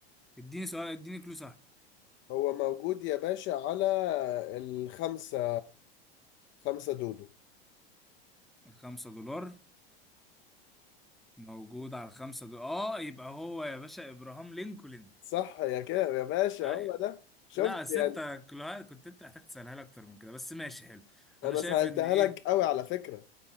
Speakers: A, in the centre; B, on the left.
A: اديني سؤال اديني كلو سهل
B: هو موجود يا باشا على الخمسة خمسة دودو
A: الخمسة دولار موجود على الخمسة دولار اه يبقى هو يا باشا ابراهام لينكولن
B: صح يا كده يا باشا
A: ايوه
B: هو ده شفت
A: لا ستة
B: يعني
A: كلوهات كنت انت محتاج تسألها لي اكتر من كده بس ماشي حلو
B: انا
A: انا شايف
B: سهلتها
A: ان ايه
B: لك قوي على فكرة